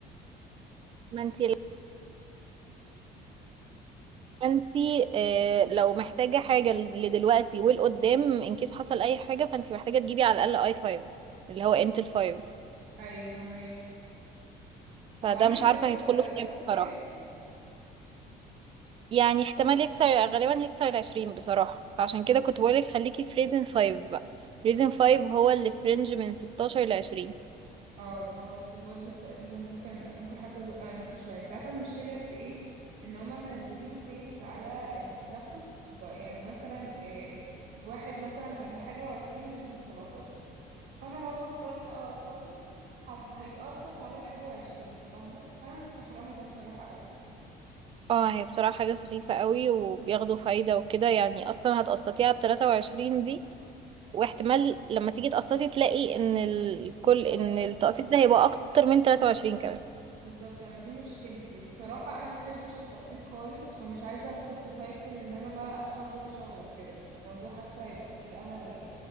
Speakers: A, on the right (about 35°); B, on the right (about 80°).
A: ما انتي ما انتي آه لو محتاجة حاجة لدلوقتي والقدام ان كيس حصل أي حاجة فانتي محتاجة تجيبي على الأقل اي فايف اللي هو انتل فايف
B: ايوه فاهماكي طب
A: فده
B: عندك
A: مش
B: فكرة
A: عارفة هيدخله
B: ده هيوصل
A: في كام
B: كام
A: بصراحة يعني احتمال يكسر غالبا يكسر العشرين بصراحة فعشان كده كنت بقولك خليكي في ريزن فايف بقى ريزن فايف هو اللي في رينج من ستاشر لعشرين
B: اه ده هو في البادجت تقريبا ممكن ممكن حتى ازق انا نفسي شويه انت عارفه المشكله في ايه ان هما منزلين سيلز على اللابتوب ب- يعني مثلا إيه واحد مثلا كان بحاجه وعشرين نازل بسبعتاشر فانا لو فكرت اقسطه هت- هيتقسط على الحاجه وعشرين فاهمه فانا مستحرمه ده بصراحه
A: اه هي بصراحة حاجة سخيفة قوي وبياخدوا فايدة وكده يعني اصلا هتقسطي على التلاتة وعشرين دي واحتمال لما تيجي تقسطي تلاقي ان الكل
B: قوي
A: ان التقسيط ده هيبقى اكتر من تلاتة وعشرين كمان
B: بالظبط انا دي مشكلتي وبصراحة انا مبحبش التقسيط خالص فمش عايزة ادخل في سايكل ان انا بقى ادفع كل شهر وكده الموضوع حاسة هيبقى تقيل قوي عليا